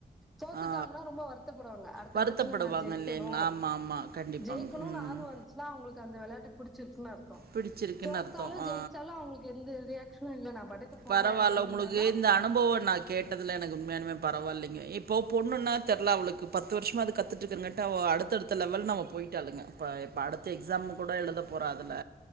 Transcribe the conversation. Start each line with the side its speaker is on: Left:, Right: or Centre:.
Centre: தோத்துடாங்கன்னா
Right: ஆ
Centre: ரொம்ப வருத்தப்படுவாங்க அடுத்த
Right: வருத்தப்படுவாங்க
Centre: மேட்சல நா ஜெயிக்கணு
Right: இல்லைங்களா ஆமா ஆமா கண்டிப்பாங்க
Centre: ஜெயிக்கணுனு
Right: ம்
Centre: ஆர்வ இருந்து ச்சுன்னா அவங்களுக்கு அந்த விளையாட்ட பிடிச்சிருக்குன்னு அர்த்தோ
Right: பிடிச்சிருக்குன்னு
Centre: தோத்தாலு
Right: அர்த்தம் ஆ
Centre: ஜெயிச்சாலு அவங்களுக்கு எந்த ரியாக் ஷேனு இல்ல நா பாட்டுக்க போறே
Right: பரவால்ல
Centre: அப்டின்னு
Right: உங்களுக்கு
Centre: இருந்தா
Right: <unintelligible> கேட்டதுல எனக்கு உண்மையலுமே பரவாயில்லைங்க இப்போ பொண்ணு னா தெட்ல அவளுக்கு பத்து வருஷமா கத்து அடுத்தடுத் தடுத்த லெவல்னு அவ போயிட்டாளுங்க இப்ப இப்ப அடுத்த எக்ஸாம் கூட எழுத போற அதுல